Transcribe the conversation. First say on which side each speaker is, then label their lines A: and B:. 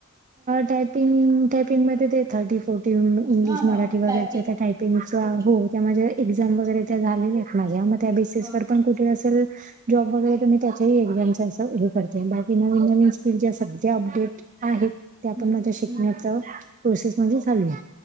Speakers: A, on the right; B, on the right.
A: टायपिंग टायपिंगमध्ये ते थर्टी फोर इंग्लिश
B: हा हा
A: मराठी वगैरेच्या
B: टायपिंग
A: त्या, टायपिंगच
B: ओके
A: हो त्या माझ्या एक्झाम वगैरे त्या झालेल्या आहेत, माझ्या मग त्या बेसीस
B: हा हा
A: वर पण कुठे असेल. जॉब वगैरे तुम्ही त्याच्याही एक्झाम असं, हे करते बाकी नवीन नवीन स्किल ज सध्या अपडेट. आहे त्या
B: हं
A: पण माझ्या शिकण्याचा,
B: हं हं
A: प्रोसेस म्हणजे चालू आहे.